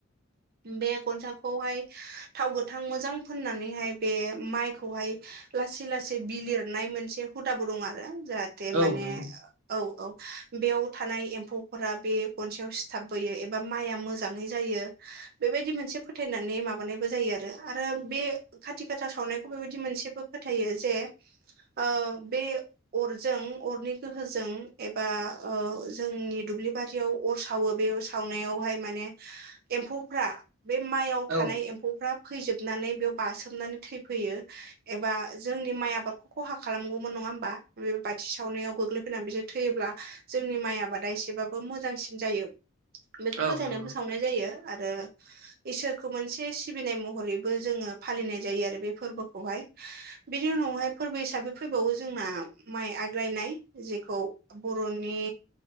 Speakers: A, on the right; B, on the right.
A: बे गनसाखौहाय थाव गोथां मोजां फोननानैहाय बे माइखौहाय लासै लासै बि लिरनाय मोनसे हुदाबो दं आरो जाहाथे
B: औ
A: माने
B: नंगौ
A: औ औ बेयाव थानाय एम्फौफोरा बे गनसेयाव सिथाबबोयो एबा माइआ मोजाङै जायो बेबायदि मोनसे फोथायनानै माबानायबो जायो आरो आरो बे खाथि गासा सावनायखौ बेबायदि मोनसेबो फोथायो जे ओ बे अरजों अरनि गोहोजों एबा ओ जोंनि दुब्लि बारियाव अर सावो बे साव नायावहाय माने मानमफौ बे मायाव थानाय
B: औ
A: एम्फौफ्रा फैजोबनानै बेयाव बासोमनानै थैफैयो एबा जोंनि माइ आबादखौ खहा खालामगौमोन नङा होमबा बे बाथि सावनायाव गोग्लैफैनानै बिसोर थैयोब्ला जोंनि माइ आबादा एसेबाबो मोजांसिन जायो बेखौ
B: औ
A: फोथायनानैबो
B: नंगौ
A: सावनाय जायो आरो इसोरखौ मोनसे सिबिनाय महरैबो जोङो फालिनाय जायो आरो बे फोरबोखौहाय बिनि उनावहाय फोरबो हिसाबै फैबावो जोंना माइ आग्रायनाय जेखौ बर'नि